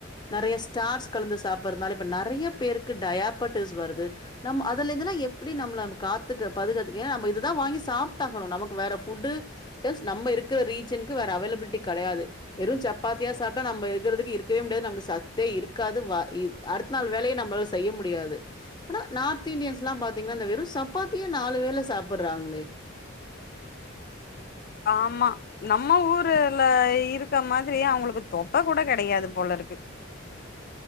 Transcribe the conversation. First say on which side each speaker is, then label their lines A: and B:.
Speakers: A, on the left; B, on the left.
A: நெறைய ஸ்டார்ச் கலந்து சாப்பட்றதுனால இப்ப நெறைய பேருக்கு டயாபட்டிஸ் வருது நம்ம அதுல இருந்துல்லா எப்டி நம்பள நம்ம காத்துக்க பாதுகாத்துக்க ஏன்னா நம்ம இதுதா வாங்கி சாப்ட்டாகனு நமக்கு வேற ஃபுட்டு ஸ் நம்ம இருக்கற ரீஜனுக்கு வேற அவைலபிலிட்டி கெடையாது வெறு சப்பாத்தியா சாப்ட்டா நம்ப இருகறதுக்கு இருக்கவே முடியாது நாங்க சத்தே இருக்காது வ இ அடுத்த நாள் வேலயே நம்பளால செய்ய முடியாது அனா நார்த் இந்டியன்ஸ்லா பாத்திங்ன்னா அந்த வெறு சப்பாத்தியே நாலு வேல சாப்பர்றாங்ளே
B: ஆமா நம்ம ஊருல இருக்க மாதிரி அவுங்களுக்கு தொப்ப கூட கெடையாது போல இருக்கு